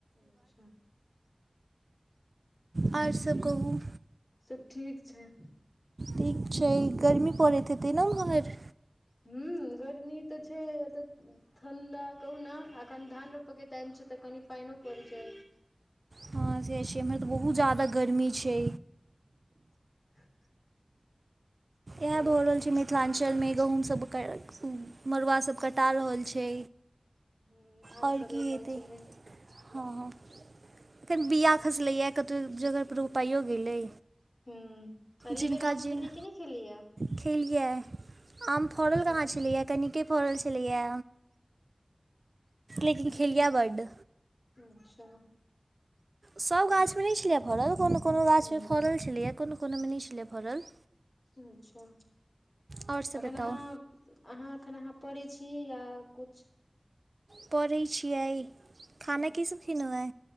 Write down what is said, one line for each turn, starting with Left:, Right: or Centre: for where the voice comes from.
Left: अच्छा
Right: आओर सभ कहू
Left: सब ठीक छै
Right: ठीक छै गर्मी पड़ैत हेतै ने उम्हर
Left: हू गर्मी तऽ छै अतय ठंडा कहू ने अखन धान रोपे के टाइम छै तऽ कनि पाइनो परय छै
Right: हँ से छै एम्हर तऽ बहुत ज्यादा गर्मी छै
Left: <unintelligible>
Right: इएह
Left: ह
Right: भऽ रहल छै मिथिलांचलमे गहुँम सब मरूआ सब कटा रहल छै
Left: ह धान
Right: आओर
Left: सब
Right: की
Left: रोपाइ
Right: हेते
Left: छै
Right: हँ हँ अखन बीआ खसलैए कतहु जगह रोपाइयो गेलै
Left: हूँ अरी
Right: जिनका
Left: विराम
Right: जिन
Left: खेलीयै कि नहि खेलियै
Right: खेलियै आम फड़ल
Left: अच्छा
Right: कहाँ छलैए कनिके फड़ल छलैए लेकिन खेलियै बड्
Left: अच्छा
Right: सभ गाछमे नहि छलैए फड़ल कोनो कोनो गाछमे
Left: हूँ
Right: फड़ल छलैए कोनो कोनोमे नहि छलै फड़ल
Left: अच्छा
Right: आओर सभ
Left: एखन
Right: बताउ
Left: अहाँ अहाँ एखन अहाँ पढै छी या कुछ
Right: पढ़ै छियै खाना
Left: अच्छा
Right: कीसभ खेनो ये